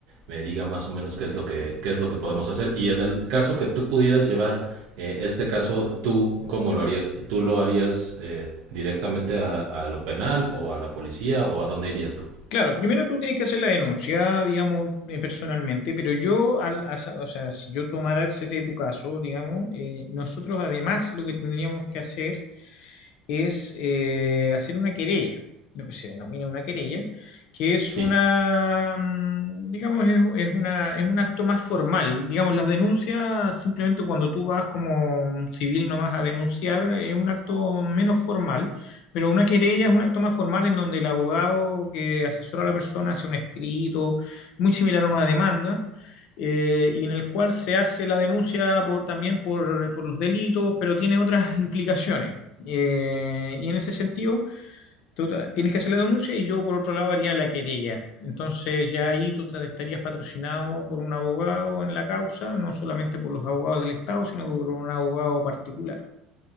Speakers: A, on the right (about 70°); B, on the left (about 60°).
A: me diga más o menos qué es lo que, qué es lo que podemos hacer. Y en el caso que tú pudieras llevar eh, este caso, ¿tú cómo lo harías? ¿Y tú lo harías eh, directamente a, a lo penal o a la policía o a dónde irías tú?
B: Claro, primero tú tienes que hacer la denuncia, digamos, eh, personalmente, pero yo, al, as- o sea, si yo tomara ese de tu caso, digamos, eh, nosotros además lo que tendríamos que hacer es eh, hacer una querella, lo que se denomina una querella, que es
A: Sí,
B: una, mm, digamos, es, es una, es un acto más formal. Digamos, las denuncias, simplemente cuando tú vas como civil nomás a denunciar, es un acto menos formal. Pero una querella es un acto más formal en donde el abogado que asesora a la persona hace un escrito, muy similar a una demanda, eh, y en el cual se hace la denuncia por, también por, por los delitos, pero tiene otras implicaciones. Eh, y en ese sentido, tú tienes que hacer la denuncia y yo, por otro lado, haría la querella. Entonces, ya ahí tú te- estarías patrocinado por un abogado en la causa, no solamente por los abogados del Estado, sino por un abogado particular.